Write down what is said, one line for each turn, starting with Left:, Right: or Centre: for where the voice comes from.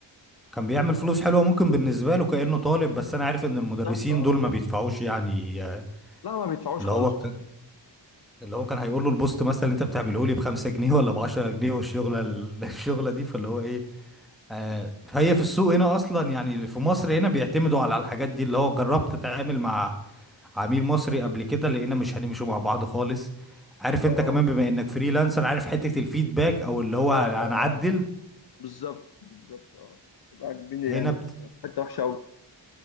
Centre: كان بيعمل فلوس حلوة ممكن بالنسبة له كأنه طالب بس أنا عارف إن المدرسين
Left: بالظبط اه
Centre: دول ما بيدفعوش يعني آه،
Left: لا ما بيدفعوش
Centre: اللي
Left: خالص
Centre: هو ك- اللي هو كان هيقول له البوست مثلا اللي أنت بتعمله لي بخمسة جنيه ولا بعشرة جنيه والشغلة ال- <laughs> الشغلة دي فاللي هو إيه آه، فهي في السوق هنا اصلا يعني في مصر هنا بيعتمدوا على الحاجات دي اللي هو جربت تتعامل مع عميل مصري قبل كده لقينا مش هنمشوا مع بعض خالص عارف انت
Left: اه
Centre: كمان بما انك فريلانسر عارف حتة الفيدباك او اللي هو
Left: اه
Centre: هنعدل
Left: اه بالظبط بالظبط اه تبقى كبيرة
Centre: هنا
Left: يعني
Centre: بت...
Left: حتة وحشة أوي